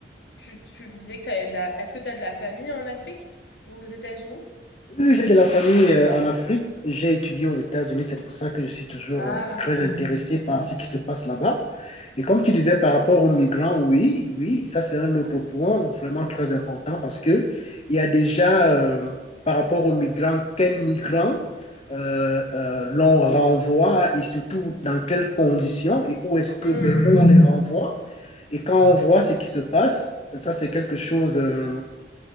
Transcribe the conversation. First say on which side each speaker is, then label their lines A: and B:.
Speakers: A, on the left (about 70°); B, on the left (about 35°).
A: Tu, tu me disais que t'avais de la... Est-ce que tu as de la famille en Afrique ou aux États-Unis?
B: Oui, oui, j'ai de la famille euh, en Afrique. J'ai étudié aux États-Unis. C'est pour ça que je suis toujours
A: Ah,
B: euh, très intéressé
A: d'accord.
B: par ce qui se passe là-bas. Et comme tu disais par rapport aux migrants, oui, oui, ça c'est un autre point vraiment très important parce que il y a déjà euh, par rapport aux migrants, quels migrants euh, euh, l'on renvoie et surtout dans quelles conditions et où est-ce que
A: Hmm,
B: vers où on les renvoie. Et quand on voit ce qui se passe, ça c'est quelque chose. euh,